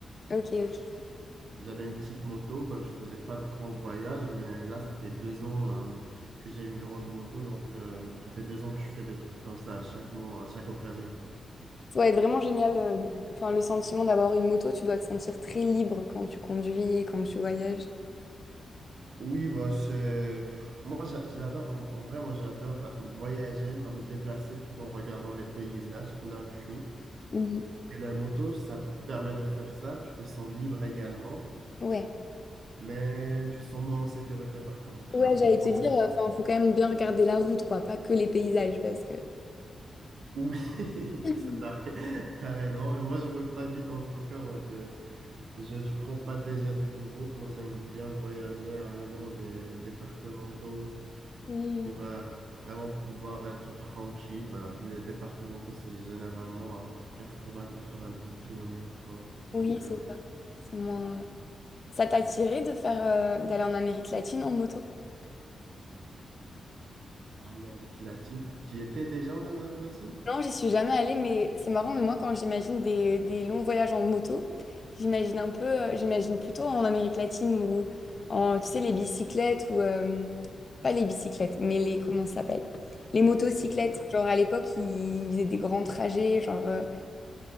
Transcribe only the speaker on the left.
ok. ok.
Ça doit être vraiment génial. euh, Enfin, le sentiment d'avoir une moto, tu dois te sentir très libre quand tu conduis, quand tu voyages.
Mhm.
Ouais.
Ouais,
j'allais te
dire, euh, enfin, faut quand même bien regarder la route, quoi, pas que les paysages, parce que.
<laughs>
Mm.
Oui,
c'est
ça. C'est moins. euh, Ça t'a attiré de faire, euh, d'aller en Amérique latine en moto?
Non, j'y suis jamais allée, mais c'est marrant, mais moi quand j'imagine des, des longs voyages en moto, j'imagine un peu, euh, j'imagine plutôt en Amérique latine ou en, tu sais, les bicyclettes ou, euh, pas les bicyclettes, mais les, comment ça s'appelle? Les motocyclettes,
genre à l'époque, ils faisaient des grands trajets, genre... euh,